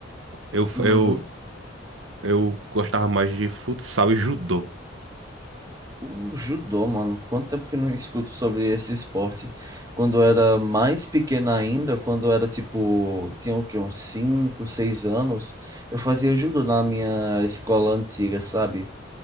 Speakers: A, on the right; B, on the right.
A: Eu, f-
B: Uhum.
A: eu, Eu gostava mais de futsal e judô.
B: O judô, mano, quanto tempo que eu não escuto sobre esse esporte? Quando eu era mais pequena ainda, quando eu era tipo, tinha o que uns 5, 6 anos, eu fazia judô na minha escola antiga, sabe?